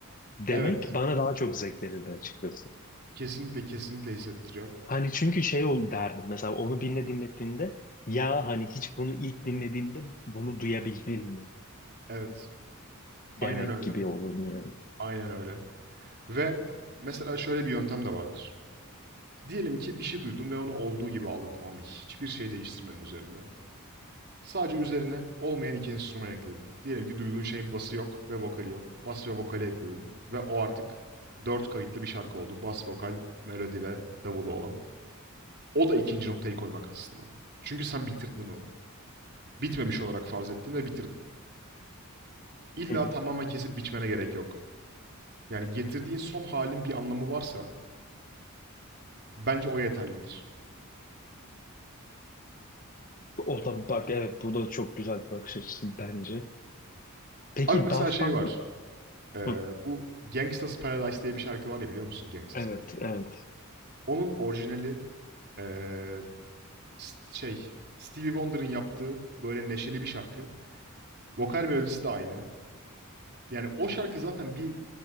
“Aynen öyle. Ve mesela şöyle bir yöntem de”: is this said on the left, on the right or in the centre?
Right